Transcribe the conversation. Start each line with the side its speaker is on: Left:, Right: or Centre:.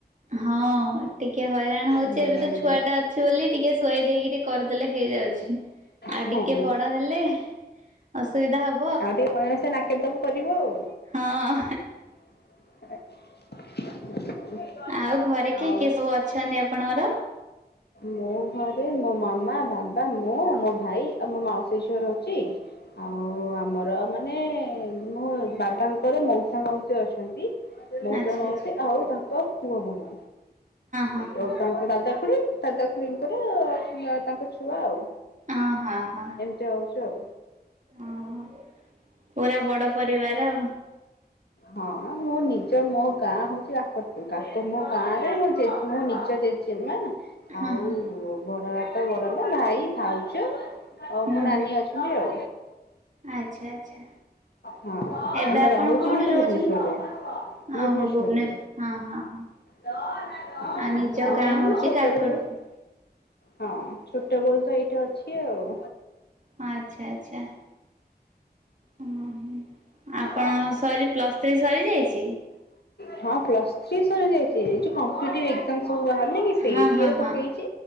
Right: ହଁ ଟିକେ ହଇରାଣ ହଉଛି
Left: ହୁଁ
Right: ଏବେ ତ ଛୁଆ ଟା ଅଛି ବୋଲି ଟିକେ ଶୁଆଇ ଦେଇକରି କରିଦେଲେ ହେଇଯାଉଛି ଆଉ
Left: ହଁ
Right: ଟିକେ ବଡ ହେଲେ ଅସୁବିଧା ହବ।
Left: ଆଉ ଟିକେ ଭଲସେ ନାକେଦମ୍ କରିବ ଆଉ।
Right: ହଁ।
Left: <unintelligible>
Right: ଆଉ ଘରେ କିଏ
Left: ଆଉ
Right: କିଏ ସବୁ ଅଛନ୍ତି ଆପଣଙ୍କର?
Left: ମୋ ଘରେ ମୋ ମାମା ବାବା ମୁଁ ମୋ ଭାଇ ଆଉ ମୋ ମାଉସୀ ଝିଅ ରହୁଚି। ଆଉ ଆମର ମାନେ ମୋ ଦାଦା ଙ୍କର ମଉସା ମାଉସୀ ଅଛନ୍ତି ମଉସା
Right: ଆଚ୍ଛା
Left: ମାଉସୀ
Right: ଆଚ୍ଛା
Left: ଆଉ ତାଙ୍କ ପୁଅ ବୋହୂ।
Right: ହଁ
Left: ତ
Right: ହଁ
Left: ତାଙ୍କ ଦାଦା ଖୁଡି ଦାଦା ଖୁଡିଙ୍କର ତାଙ୍କ ଛୁଆ ଆଉ।
Right: ହଁ ହଁ ହଁ।
Left: <unintelligible> ଆଉ।
Right: ଓହୋ ପୁରା ବଡ ପରିବାର।
Left: ହଁ ମୋ ନିଜ ମୋ ଗାଁ ହଉଚି କାକଟପୁର କାକ ମୋ ଗାଁ ରେ ମୁଁ ନିଜ ଜେଜ୍ ଜେମା
Right: ହଁ
Left: ଆଉ
Right: ହଁ।
Left: ବଡ ବାପା ବଡ ମାଁ ଭାଇ ଭାଉଜ ଅଉ
Right: ହୁଁ
Left: ମୋ ନାନୀ
Right: ହୁଁ
Left: ଅଛନ୍ତି ଆଉ।
Right: ଆଚ୍ଛା ଆଚ୍ଛା
Left: ହଁ
Right: ଏବେ
Left: ଆମେ
Right: ଆପଣ
Left: ରହୁଛୁ
Right: କୋଉଠି
Left: କିନ୍ତୁ
Right: ରହୁଛନ୍ତି?
Left: ଭୁବନେଶ୍ଵରରେ।
Right: ଆ
Left: ଭୁବନେଶ୍ଵରରେ
Right: ହୋ ଭୁବନେଶ୍ୱ- ହଁ ହଁ ହଁ।
Left: ହଁ
Right: ଆ ନିଜ
Left: ଆମେ
Right: ଗାଁ
Left: ଏନ୍ତି
Right: ହଉଚି
Left: ଛୋଟବେଳୁ
Right: କାକଟପୁର।
Left: ହଁ ଛୋଟ ବେଳୁ ତ ଏଇଠି ଅଛି ଆଉ।
Right: ହଁ ଆଚ୍ଛା ଆଛା। ଓହୋ ଆପଣ
Left: ହଁ।
Right: ସରି ପ୍ଲସ୍ ଥ୍ରୀ ସରିଯାଇଚି?
Left: ହଁ ପ୍ଲସ୍ ଥ୍ରି ସରିଯାଇଚି ଏ ଯୋଉ କମ୍ପିଟୀ ସବୁ ବାହାରୁନି କି ସେଇ
Right: ହଁ ହଁ
Left: ରେ
Right: ହଁ
Left: ପକେଇଛି